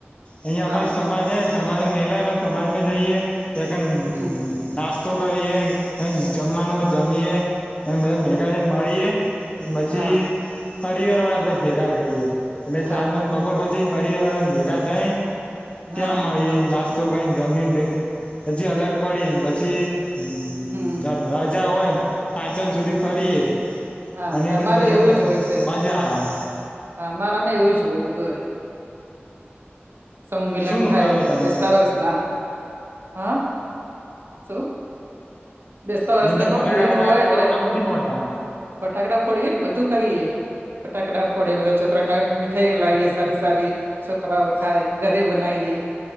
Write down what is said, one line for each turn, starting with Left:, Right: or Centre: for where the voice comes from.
Left: અહી
Right: હા
Left: અમારી સમાજ હ સમાજ મહિલાને સમાજ માં જઈએ ચકન
Right: હમ
Left: નાસ્તો તો કરીએ જમવાનું જમએે એ બધા
Right: હમ
Left: મેગાજ મળીએે, પછી
Right: હા
Left: પરિવાર વાળા બધા ભેગા થઈ. એટલે
Right: હા
Left: સાંજના બગોર પછી મારી મેગા <unintelligible> ક્યાં
Right: હા
Left: મળી એ, કઈ જમીન ભ પછી અલગ પડીને પછી, <unintelligible>
Right: હમ
Left: ય એમ પાંચમ સુધી ફરીએ,
Right: હા
Left: અને
Right: તમારે
Left: બી મજા
Right: એવું
Left: મજા
Right: જ હોય છે,
Left: આવે
Right: હ અમારામાં એવું જ હોય બધું એ સમૂહ મિલન
Left: શું
Right: થાય
Left: કરો તમે
Right: બેસ્તા વર્ષ ના હા શું બેસતા વરષ
Left: અને
Right: ના
Left: તેમ
Right: કોઈ
Left: ફટાકડા
Right: મિલે
Left: ફટાકડા
Right: ન હોય
Left: ફોડો
Right: એટલે
Left: છો કે નથી ફોડતા
Right: ફટાકડા ફોડીએ ને બધું કરીએ ફટાકટ ફોડે બધા છોકરા નવી મીઠાઈ લાવએ સારી સારી છોકરાઓ ખાય ઘરે બનાવીએ